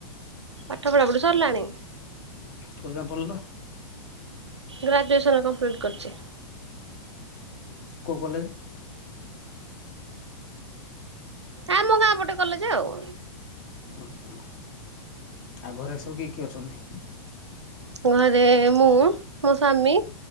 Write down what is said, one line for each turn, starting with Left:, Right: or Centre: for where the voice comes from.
Right: ପାଠ ପଢ଼ାପଢି ସରିଲାଣି।
Left: ପଜା ପଡ଼ିଲ।
Right: ଗ୍ରାଜୁଏସନ କମ୍ପ୍ଲିଟ କରିଚି।
Left: କୋଉ କଲେଜେ।
Right: ଆମ ଗାଁ ପଟେ କଲେଜେ ଆଉ।
Left: ଓ ହ ଆଉ ଘରେ ସବୁ କିଏ କିଏ ଅଛନ୍ତି।
Right: ଘରେ ମୁଁ ମୋ ସ୍ଵାମୀ